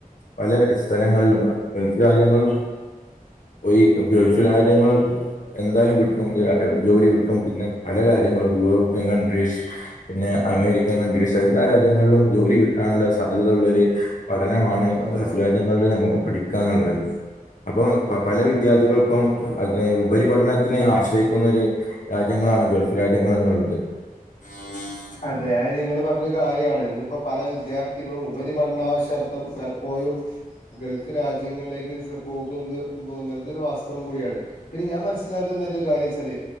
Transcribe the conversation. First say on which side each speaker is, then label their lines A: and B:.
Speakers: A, on the left; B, on the left.
A: പല സ്ഥലങ്ങളിലും ഗൾഫ് രാജ്യങ്ങളിലും പോയി ഗൾഫ് രാജ്യങ്ങൾ എന്തായാലും കിട്ടും ജോലി കിട്ടും പിന്നെ പല രാജ്യങ്ങളും യൂറോപ്യൻ കൺട്രീസ് പിന്നെ അമേരിക്കൻ കൺട്രീസ് എല്ലാ രാജ്യങ്ങളിലും ജോലി കിട്ടാനുള്ള സാധ്യതകള ള്ളൊര് പഠനമാണ്
B: ആഹ്
A: ഗ്ഫു രാജ്യങ്ങളിൽ നമുക്ക് പഠിക്കാ ന്നുള്ളത് അപ്പൊ
B: അതെ
A: കൊ പല വിദ്യാർത്ഥികൾ ഇപ്പം അ ഉപരിപഠനത്തിനന് ആശ്രയിക്കുന്നൊ രു രാജ്യങ്ങളാണ് ഗൾഫ് രാജ്യങ്ങൾ എന്നുള്ളത് ആ <inaudible>
B: അതെ അത് നിങ്ങൾ പറഞ്ഞൊരു കാര്യമാണ് ഇന്നിപ്പോ പല വിദ്യാർത്ഥികളും ഉപരിപഠനാവശ്യാർത്ഥം പലപ്പോലും ഗൾഫ് രാജ്യങ്ങളിലേക് പോകുന്നത് പോവുന്ന ഇതൊരു വാസ്തവം കൂടി ആണ് മനസ്സിലാക്കുന്ന കാര്യം ച്ചാൽ